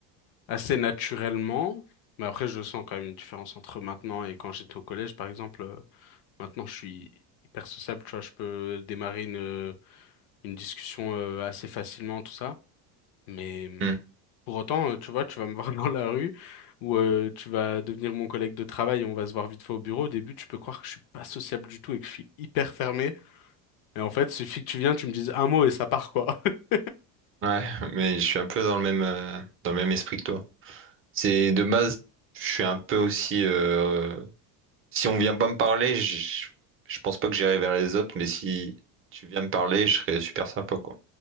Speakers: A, on the left; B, on the right.
A: assez naturellement. Mais après, je sens quand même une différence entre maintenant et quand j'étais au collège, par exemple. euh, Maintenant, je suis hyper sociable, tu vois, je peux démarrer une, une discussion euh, assez facilement, tout ça. Mais hum,
B: Hmm.
A: pour autant, euh, tu vois, tu vas me <laughs> voir dans la rue ou euh, tu vas devenir mon collègue de travail et on va se voir vite fait au bureau. Au début, tu peux croire que je suis pas sociable du tout et que je suis hyper fermé. Et en fait, suffit que tu viennes, tu me dises un mot et ça part, quoi. <laughs>
B: Ouais, mais je suis un peu dans le même, euh, dans le même esprit que toi. C'est de base, je suis un peu aussi. euh, si on vient pas me parler, je, je pense pas que j'irai vers les autres, mais si tu viens me parler, je serais super sympa, quoi.